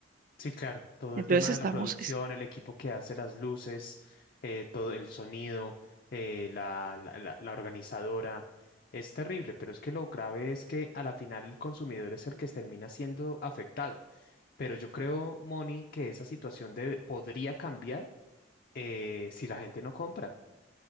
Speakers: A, on the left; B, on the right.
A: Sí, claro, todo
B: Entonces
A: el tema
B: estamos,
A: de la producción,
B: es-
A: el equipo que hace las luces, eh, todo el sonido, eh, la, la la- la organizadora, es terrible, pero es que lo grave es que a la final el consumidor es el que termina siendo afectado. Pero yo creo, Moni, que esa situación debe- podría cambiar eh, si la gente no compra,